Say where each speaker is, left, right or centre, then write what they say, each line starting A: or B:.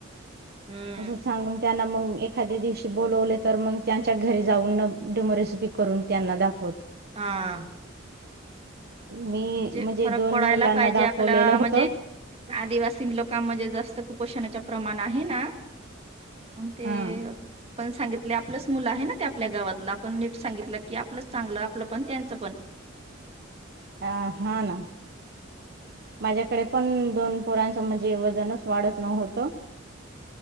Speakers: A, on the right; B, on the right.
A: हम्म
B: असं सांगून त्यांना मग एखाद्या दिवशी बोलवले तर मग त्यांच्या घरी जाऊन न डेमो रेसिपी करून त्यांना दाखवत.
A: हा
B: मी
A: म्हणजे फरक
B: दोन
A: पडायला
B: मुलांना
A: पाहिजे
B: दाखवलेलं
A: आपल्या
B: होतं
A: म्हणजे आदिवासी लोकांमध्ये जास्त कुपोषणाच्या प्रमाण आहे ना ते
B: हा
A: पण सांगितले आपलंच मुलं आहे ना ते आपल्या गावातलं आपण नीट सांगितलं की आपलंच चांगलं आपलं पण त्यांच पण
B: अ हा ना माझ्याकडे पण दोन पोराचं म्हणजे वजनच वाढत नोव्हतं